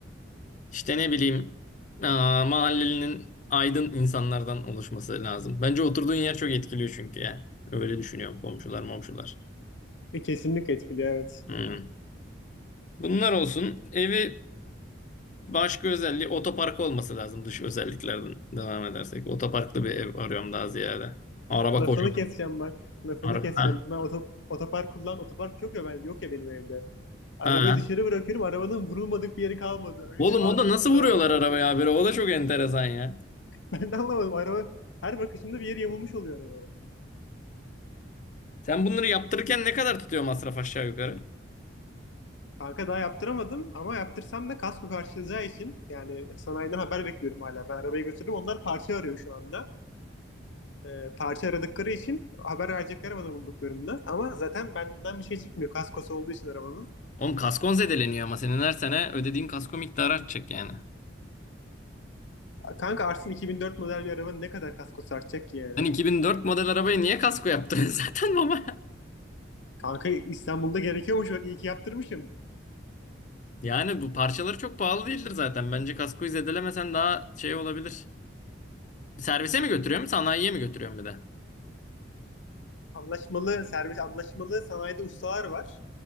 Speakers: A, on the left; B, on the left.
A: İşte ne bileyim aa, mahallenin aydın insanlardan oluşması lazım. Bence oturduğun yer çok etkiliyor çünkü ya. Öyle düşünüyorum komşular momşular.
B: E, kesinlikle etkiliyor evet.
A: Hmm. Bunlar olsun. Evi Başka özelliği otopark olması lazım dış özelliklerden devam edersek. Otoparklı bir ev arıyorum daha ziyade. Araba
B: Lafını
A: kocaman.
B: keseceğim bak. Lafını
A: araba
B: keseceğim.
A: ha.
B: Ben oto- otopark kullan. Otopark yok ya, ben, yok ya benim evde. Arabayı
A: Ha.
B: dışarı bırakıyorum. Arabanın vurulmadık bir yeri kalmadı. Önü,
A: Oğlum
B: arkası,
A: o da nasıl
B: sağı,
A: vuruyorlar
B: solu.
A: arabaya habire?
B: <laughs>
A: O da çok enteresan ya.
B: Ben de anlamadım. Araba her bakışımda bir yeri yamulmuş oluyor arabanın.
A: Sen bunları yaptırırken ne kadar tutuyor masraf aşağı yukarı?
B: Kanka daha yaptıramadım ama yaptırsam da kasko karşılayacağı için yani sanayiden haber bekliyorum hala. Ben arabayı götürdüm. Onlar parça arıyor şu anda. e, parça aradıkları için haber verecekler bana bulduklarında. Ama zaten benden bir şey çıkmıyor. Kaskosu olduğu için arabanın.
A: Oğlum kaskon zedeleniyor ama senin her sene ödediğin kasko miktarı artacak yani.
B: Kanka Arslan 2004 model bir arabanın ne kadar kaskosu artacak ki yani?
A: Sen 2004 model arabaya niye kasko yaptırıyorsun <laughs> zaten baba?
B: Kanka İstanbul'da gerekiyormuş bak iyi ki yaptırmışım.
A: Yani bu parçaları çok pahalı değildir zaten. Bence kaskoyu zedelemesen daha şey olabilir. Servise mi götürüyorum, sanayiye mi götürüyorum bir de?
B: Anlaşmalı servis, anlaşmalı sanayide ustalar var.